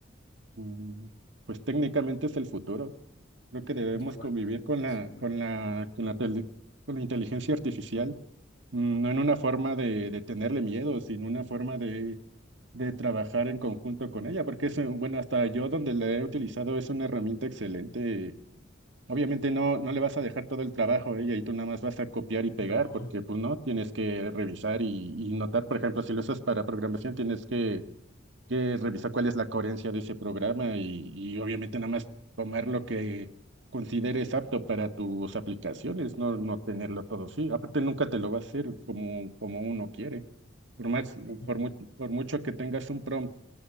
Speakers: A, on the right; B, on the left.
A: Mm, Pues técnicamente es el futuro. Creo que debemos
B: Yo igual
A: convivir con
B: pienso
A: la,
B: igual.
A: con la, con la, tele- con la inteligencia artificial, mm, no en una forma de, de tenerle miedo, sino una forma de, de trabajar en conjunto con ella, porque es, eh, bueno, hasta yo donde la he utilizado es una herramienta excelente. Obviamente no, no le vas a dejar todo el trabajo a ella y tú nada más vas a copiar y pegar,
B: No.
A: porque pues no, tienes que revisar y, y notar, por ejemplo, si lo usas para programación, tienes que que revisar cuál es la coherencia de ese programa y, y obviamente nada más tomar lo que consideres apto para tus aplicaciones, no, no tenerlo todo sí. Aparte nunca te lo va a hacer como, como uno quiere. Por más,
B: Mm,
A: por mucho, por mucho que tengas un prompt